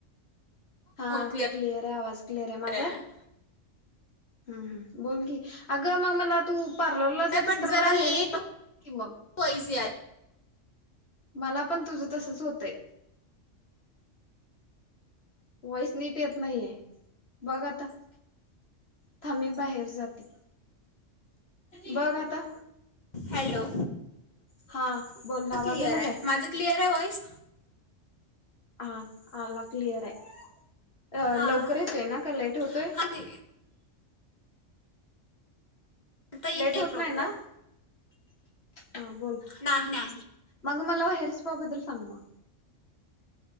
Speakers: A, on the left; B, on the left.
A: हा
B: क्लिअर
A: क्लिअरये आवाज क्लिअरये माझा.
B: आहे
A: हं हं बोल की अग मग मला तू पार्लरला जातस
B: बट
A: तर
B: जरा
A: मला
B: लेट
A: हेअर स्पा कि मग
B: वॉईस यार
A: मला पण तुझ तसच होतय. वॉईस नीट येत नाहीये बघ आता. थांब मी बाहेर जाते बघ आता.
B: हॅलो!
A: हा बोल आवाज
B: क्लिअर
A: आला
B: आहे
A: काय?
B: माझं क्लिअर आहे वॉइस?
A: हा! ला क्लिअर हाय अ
B: हां
A: लवकर येतोय ना का लेट होतोय?
B: हां दे आता ये
A: लेट
B: आहे
A: होत
B: प्रॉपर
A: नाही ना? हा बोल.
B: नाही नाही
A: मग मला हेयर स्पा बद्दल सांग म